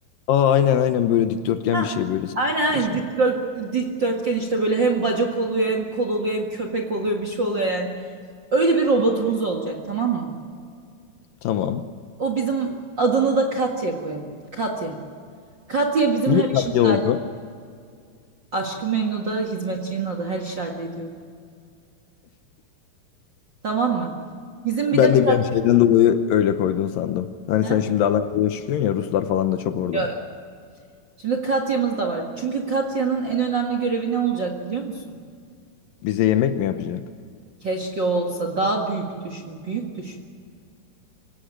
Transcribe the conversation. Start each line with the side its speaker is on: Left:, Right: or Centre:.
Left: Aa aynen aynen böyle dikdörtgen
Right: Ha,
Left: bir şey böyle
Right: aynen aynen
Left: saçma.
Right: Dikdört- dikdörtgen işte böyle hem bacak oluyor hem kol oluyor hem köpek oluyor bir şey oluyor yani. Öyle bir robotumuz olacak tamam mı?
Left: Tamam.
Right: O bizim adını da Katya koyalım. Katya. Katya bizim
Left: Niye
Right: her
Left: Katya
Right: işimizi hallediyor.
Left: oldu?
Right: Aşkı Memnu'da hizmetçinin adı her işi hallediyordu. Tamam mı? Bizim bir
Left: Ben
Right: de Katya.
Left: de bir an şeyden dolayı öyle koydun sandım. Hani
Right: He?
Left: sen şimdi Alanya'da yaşıyorsun ya Ruslar falan da çok orada.
Right: Yo, yo. Şimdi Katya'mız da var. Çünkü Katya'nın en önemli görevi ne olacak biliyor musun?
Left: Bize yemek mi yapacak?
Right: Keşke olsa daha büyük düşün, büyük düşün.